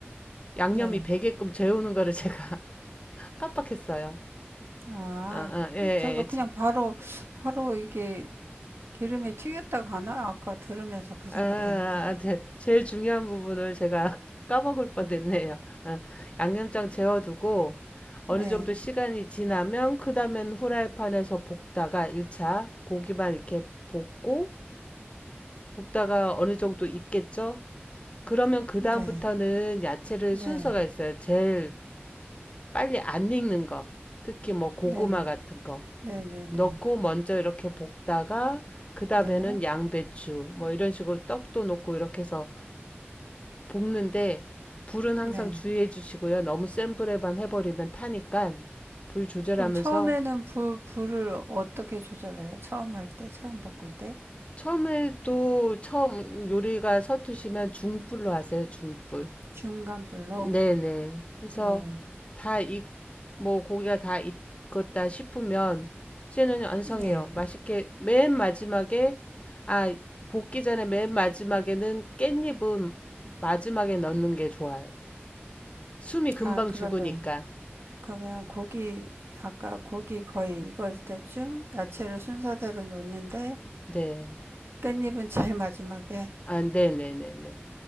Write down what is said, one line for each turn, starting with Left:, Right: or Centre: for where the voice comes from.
Left: 양념이
Right: 네.
Left: 배게끔 재우는 거를 제가 <laughs> 깜빡했어요.
Right: 아,
Left: 아, 아, 예, 예.
Right: 저도
Left: 예.
Right: 그냥 바로, 바로 이게 기름에 튀겼다가 하나? 아까 들으면서 그 생각했는데.
Left: 아, 아, 제, 제일 중요한 부분을 제가 <laughs> 까먹을 뻔했네요. 아, 양념장 재워두고 어느
Right: 네,
Left: 정도 시간이 지나면 그 다음엔 후라이팬에서 볶다가 1차 고기만 이렇게 볶고 볶다가 어느 정도 익겠죠? 그러면 그
Right: 네,
Left: 다음부터는 야채를
Right: 네.
Left: 순서가 있어요. 제일 빨리 안 익는 거, 특히 뭐 고구마
Right: 네.
Left: 같은 거
Right: 네네네. 네.
Left: 넣고 먼저 이렇게 볶다가 그 다음에는
Right: 네. 네.
Left: 양배추 뭐 이런 식으로 떡도 넣고 이렇게 해서 볶는데 불은 항상
Right: 네.
Left: 주의해 주시고요. 너무 센 불에만 해버리면 타니까 불 조절하면서
Right: 그럼 처음에는 불, 불을 어떻게 조절해요? 처음 할 때, 처음 볶을 때?
Left: 처음에도 처음 요리가 서투시면 중불로 하세요. 중불.
Right: 중간 불로?
Left: 네네. 해서
Right: 네.
Left: 다 익, 뭐 고기가 다 익었다 싶으면 이제는 완성해요.
Right: 네.
Left: 맛있게 맨 마지막에 아 볶기 전에 맨 마지막에는 깻잎은 마지막에 넣는 게 좋아요. 숨이 금방
Right: 아, 그러면,
Left: 죽으니까.
Right: 그러면 고기, 아까 고기 거의 익을 때쯤 야채를 순서대로 놓는데
Left: 네.
Right: 깻잎은 제일 <laughs> 마지막에.
Left: 아 네네네네.